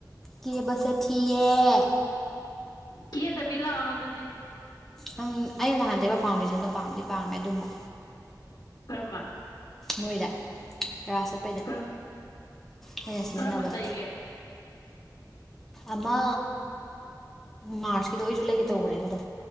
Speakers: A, in the centre; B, on the left.
A: ꯀꯕꯁꯦ ꯊꯤꯦ
B: ꯀꯦ ꯇꯕꯤꯂ ꯑꯗꯗꯤꯦ
A: ꯅꯪ ꯑꯩꯅ ꯅꯍꯥꯟꯗꯩꯕ ꯐꯥꯎꯟꯗꯦꯁꯟꯗꯣ ꯄꯥꯝꯗꯤ ꯄꯥꯝꯃꯦ ꯑꯗꯨꯝꯕ
B: ꯀꯔꯝꯕ
A: ꯃꯣꯏꯗ ꯄꯔꯥ ꯁꯛꯄꯩꯗ
B: ꯀꯔꯝ
A: ꯃꯣꯏꯅ ꯁꯤꯖꯤꯟꯅꯕꯗꯣ
B: ꯀꯔꯝꯕ ꯇꯩꯒꯦ
A: ꯑꯃ ꯃꯥꯔꯁꯀꯤꯗꯣ ꯑꯣꯏꯁꯨ ꯂꯩꯒꯦ ꯇꯧꯕꯅꯦ ꯑꯗꯨꯗ